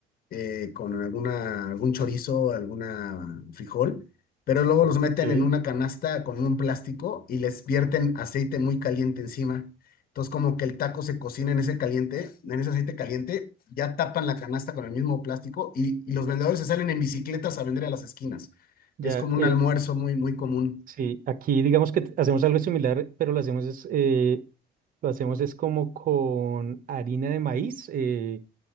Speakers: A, on the left; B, on the right.
A: eh, con alguna, algún chorizo, alguna frijol, pero luego
B: Ok.
A: los meten en una canasta con un plástico y les vierten aceite muy caliente encima. Entonces como que el taco se cocina en ese caliente, en ese aceite caliente, ya tapan la canasta con el mismo plástico y, y los vendedores se salen en bicicletas a vender a las esquinas.
B: Ya,
A: Es como un
B: eh,
A: almuerzo muy, muy común.
B: sí, aquí digamos que t- hacemos algo similar, pero lo hacemos es, eh, lo hacemos es como con harina de maíz. eh,